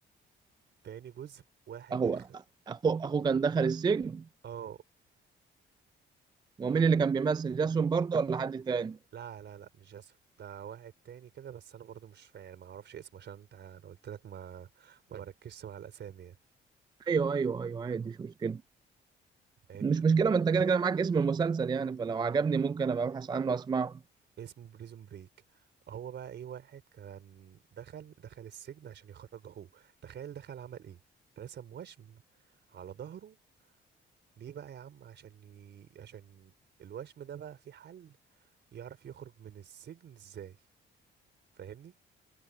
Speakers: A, on the right; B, on the right.
A: تاني جزء واحد
B: اهو
A: دخل
B: اخو اخو كان دخل السجن
A: اه
B: ومين اللي كان بيمثل جاسون برضه ولا حد تاني
A: لا لا لا مش جاسون ده واحد تاني كده بس انا برضو مش فاهم يعني ما اعرفش اسمه عشان انت انا قلت لك ما ما بركزش مع الاسامي يعني.
B: ايوه ايوه ايوه عادي مش مشكله
A: فاهمني
B: مش مشكله ما انت كده كده معاك اسم المسلسل يعني فلو عجبني ممكن ابقى ابحث عنه واسمعه
A: اسمه بريزون بريك هو بقى ايه واحد كان دخل دخل السجن عشان يخرج اخوه تخيل دخل عمل ايه رسم وشم على ظهره ليه بقى يا عم عشان ي... عشان الوشم ده بقى في حل يعرف يخرج من السجن ازاي فاهمني